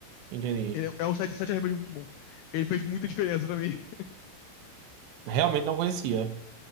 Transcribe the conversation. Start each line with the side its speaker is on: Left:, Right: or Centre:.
Right: entendi.
Left: Ele é, é um site, site realmente muito bom. Ele fez muita diferença pra mim. <laughs>
Right: Realmente não conhecia.